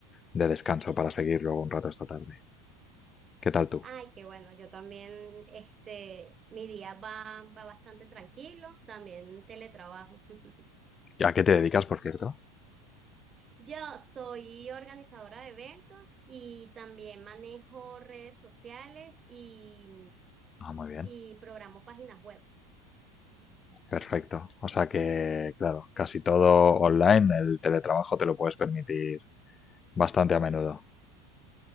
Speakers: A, on the left; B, on the right.
A: de descanso para seguir luego un rato esta tarde. ¿Qué tal tú?
B: Ay, qué bueno, yo también, este, mi día va, va bastante tranquilo, también teletrabajo. <laughs>
A: ¿Y ¿A qué te dedicas, por cierto?
B: Yo soy organizadora de eventos y también manejo redes sociales y,
A: Ah, muy bien.
B: y programo páginas web.
A: Perfecto. O sea que, claro, casi todo online, el teletrabajo te lo puedes permitir bastante a menudo.